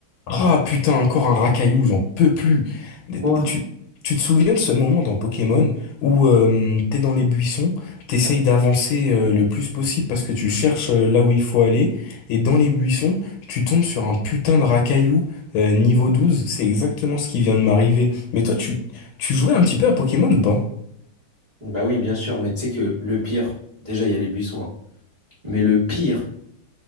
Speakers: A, on the left; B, on the right.
A: Ah putain, encore un racaillou, j'en peux plus.
B: Quoi?
A: Tu, tu te souviens de ce moment dans Pokémon où euh, t'es dans les buissons, t'essayes d'avancer euh, le plus possible parce que tu cherches euh, là où il faut aller, et dans les buissons, tu tombes sur un putain de racaillou euh, niveau douze c'est exactement ce qui vient de m'arriver. Mais toi, tu, tu jouais un petit peu à Pokémon ou pas?
B: Bah oui, bien sûr, mais tu sais que le pire, déjà il y a les buissons, hein. mais le pire,